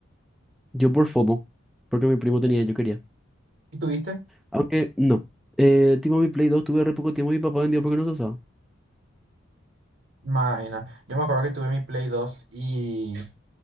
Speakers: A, in the centre; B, on the right (about 65°).
A: Yo por FOMO, porque mi primo tenía, yo quería.
B: ¿Y tuviste?
A: Aunque no. Eh, tipo mi Play 2 tuve re poco tiempo y mi papá vendió porque no se usaba.
B: Maena. Yo me acuerdo que tuve mi Play 2 y